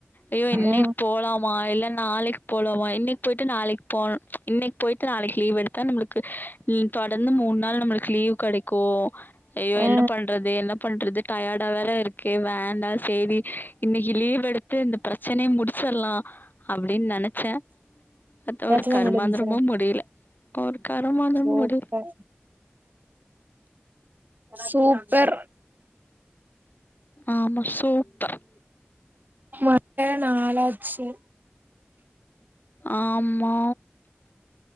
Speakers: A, on the left; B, on the right.
A: ஐயோ இன்னைக்
B: ஆ
A: போலாம் மா இல்ல நாளைக் போலாமா இன்னைக்கு போயிட்டு நாளைக்கு போனு இன்னைக்கு போய்ட்டு நாளைக்கு லீவ் எடுத்தா நம்மளுக்கு ல் தொடர்ந்து மூண் நாள் நம்மளுக் கு லீவ் கடைக்கு ஐயோ
B: ஆ
A: என்ன பண்றது என்ன பண்றது டயார்டா வேற இருக்க வேண்டா சேரி இன்னைக்கு லீவ் எடுத்து இந்த ப்ரெச்சனைய முடிச்சர்லா அப்டின் நெனச்ச பாத்தா
B: பிரச்சன
A: ஒரு கர்மாந்திரமும்
B: முடிஞ்ச்சா
A: முடியல ஒரு கருமாந்திரமு
B: சூப்பர்
A: முடியல
B: சூப்பர்
A: ஆமா சூப்பர்
B: ம <inaudible> நாலாச்சு
A: ஆமா